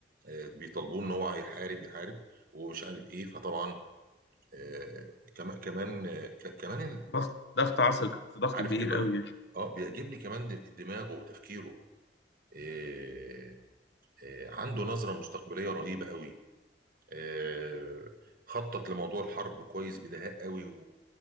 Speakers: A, on the right (about 55°); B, on the left (about 70°).
A: آه، بيطالبوه ان هو يحارب يحارب ومش عارف ايه فطبعا آه، كمان كمان آه، ك- كمان ال-
B: ضغط ضغط عصر تحت ضغط
A: عارف
B: كبير
A: كمان
B: قوي يعني
A: اه بيعجبني كمان د- دماغه وتفكيره آه، آه، عنده نظرة مستقبلية رهيبة قوي آه، خطط لموضوع الحرب كويس بدهاء قوي و...